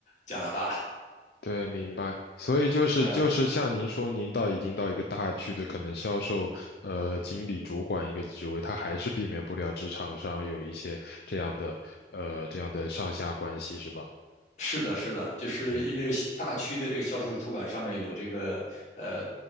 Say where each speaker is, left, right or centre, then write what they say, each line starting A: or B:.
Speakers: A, on the left; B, on the left.
A: 加拿大了，
B: 对，明白。所以就是就是像您说，
A: <laughs> 呃。
B: 您到已经到一个大区的可能销售呃经理主管一个职位，他还是避免不了职场上有一些这样的呃这样的上下关系，是吧？
A: 是的，是的，就是因为大区的这个销售主管上面有这个呃，
B: 是，